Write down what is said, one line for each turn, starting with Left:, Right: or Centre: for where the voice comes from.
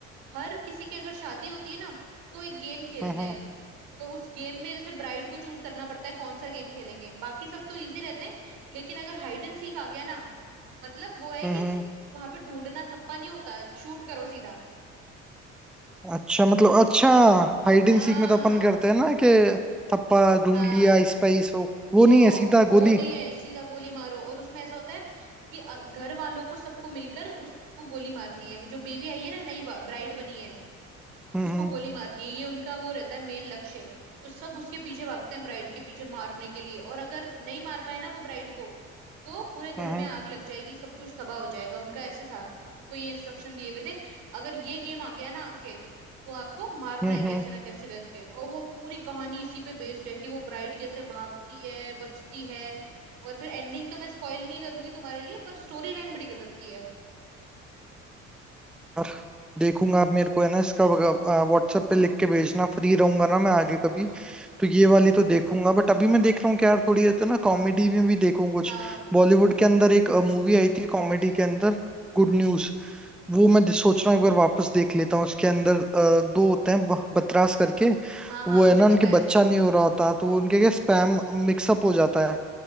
Right: हर किसी की अगर शादी होती है ना तो एक गेम खेलते
Centre: हम्म
Right: हैं तो उस गेम में जैसे ब्राइड को चूज करना पड़ता है कौन सा गेम खेलेंगे बाकी सब तो इजी रहते हैं लेकिन अगर हाइड एंड सीक आ गया ना मतलब वो है
Centre: हम्म
Right: कि
Centre: हम्म।
Right: वहां पे ढूंढना थप्पा नहीं होता शूट करो सीधा
Centre: अच्छा मतलब अच्छा हाइड
Right: हाँ
Centre: एंड सीक में तो अपन करते हैं ना कि थप्पा ढूंढ
Right: हाँ
Centre: लिया स्पाइस हो वो
Right: वो
Centre: नहीं है सीधा
Right: वो
Centre: गोली
Right: नहीं है सीधा गोली मारो और उसमें ऐसा होता है कि अ, घर वालों को सबको मिलकर उसको गोली मारनी है वो जो बीवी आई है ना नई ब्राइड बनी है
Centre: हम्म
Right: उसको
Centre: हम्म
Right: गोली मारनी है ये उनका वो रहता है मेन लक्ष्य तो सब उसके पीछे भागते हैं ब्राइड के पीछे मारने के लिए और अगर नहीं मार पाए ना वो ब्राइड को तो पूरे घर
Centre: हम्म
Right: में आग लग जाएगी सब कुछ तबाह हो जाएगा उनका ऐसे था उनको ये इंस्ट्रक्शन दिए हुए थे अगर ये गेम आ गया ना आपके तो आपको मारना
Centre: हम्म
Right: है
Centre: हम्म। हम्म,
Right: कैसे ना कैसे करके तो और वो पूरी कहानी इसी पे बेस्ड है कि वो ब्राइड कैसे भागती है बचती है और फिर एंडिंग तो मैं स्पॉइल नहीं करूंगी तुम्हारे लिए पर स्टोरी लाइन बड़ी गजब की है
Centre: और देखूंगा आप मेरे को है ना इसका व्हाट्सएप पे लिख के भेजना फ्री रहूंगा ना मैं आगे कभी
Right: हम्म हम्म
Centre: तो ये वाली तो देखूंगा बट अभी मैं देख रहा हूँ कि यार थोड़ी है तो ना कॉमेडी में भी देखूं कुछ
Right: हाँ
Centre: बॉलीवुड के अंदर एक मूवी आई थी कॉमेडी
Right: हम्म
Centre: के अंदर गुड न्यूज वो मैं सोच रहा हूँ एक बार वापस देख लेता हूँ उसके अंदर अ, दो होते हैं ब- बतरास करके
Right: हाँ हाँ
Centre: वो
Right: मुझे
Centre: है ना
Right: पता
Centre: उनके
Right: है
Centre: बच्चा नहीं हो रहा होता तो वो उनके क्या स्पैम मिक्सअप हो जाता है